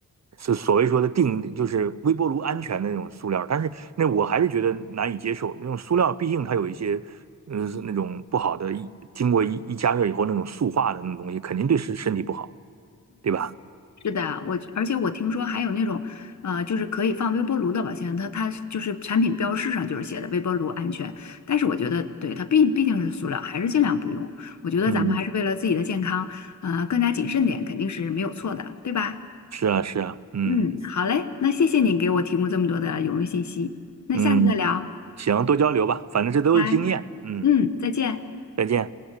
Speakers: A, on the right (about 55°); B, on the left (about 60°).
A: 是所谓说的定，就是微波炉安全的那种塑料，但是那我还是觉得难以接受。那种塑料毕竟它有一些，嗯，是那种不好的，一经过一一加热以后那种塑化的那种东西，肯定对身身体不好，对吧？
B: 是的，我而且我听说还有那种，呃，就是可以放微波炉的保鲜它它就是产品标识上就是写的微波炉安全，但是我觉得对它毕毕竟是塑料，还是尽量不用。我觉得咱们还是为了自己的健康，
A: 嗯，
B: 呃，更加谨慎点肯定是没有错的，对吧？
A: 是啊，是啊，嗯
B: 嗯，好嘞，那谢谢你给我提供这么多的有用信息，那下次再聊，
A: 嗯，行，多交流吧，反正这都是经验。
B: 拜，
A: 嗯，
B: 嗯，再见。
A: 再见。